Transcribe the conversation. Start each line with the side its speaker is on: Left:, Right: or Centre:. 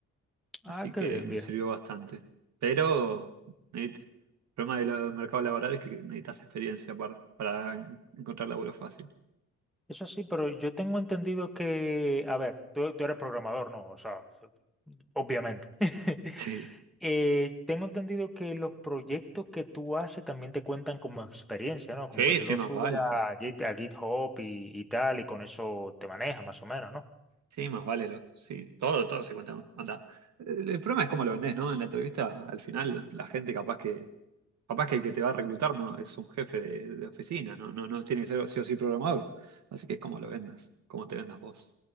Centre: Ah,
Right: Así
Centre: qué
Right: que
Centre: bien,
Right: me
Centre: viejo.
Right: sirvió bastante. Pero necesit- el problema del eh, mercado laboral es que necesitas experiencia para, para en- encontrar laburo fácil.
Centre: Eso sí, pero yo tengo entendido que, a ver, tú, tú eres programador, ¿no? O sea, obviamente. <laughs>
Right: <laughs>
Centre: Eh, tengo entendido que los proyectos que tú haces también te cuentan como experiencia, ¿no? Como
Right: Sí,
Centre: que tú
Right: sí, sí,
Centre: los
Right: más
Centre: subes
Right: vale.
Centre: a Git, a GitHub y, y tal, y con eso te manejas más o menos, ¿no?
Right: Sí, más vale. Lo, sí, todo, todo se cuenta. anda. El, el problema es cómo lo vendés, ¿no? En la entrevista, al final, la gente capaz que, capaz que el que te va a reclutar no es un jefe de, de oficina, no, no, no tiene que ser sí o sí programador. Así que es cómo lo vendas, cómo te vendas vos.